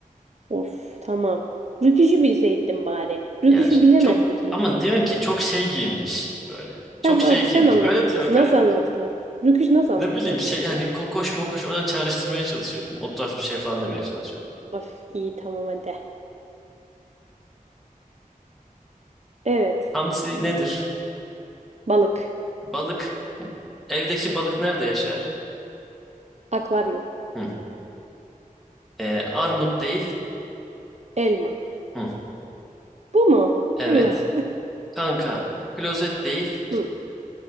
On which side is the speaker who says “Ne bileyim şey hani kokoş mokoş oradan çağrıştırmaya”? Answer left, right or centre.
Centre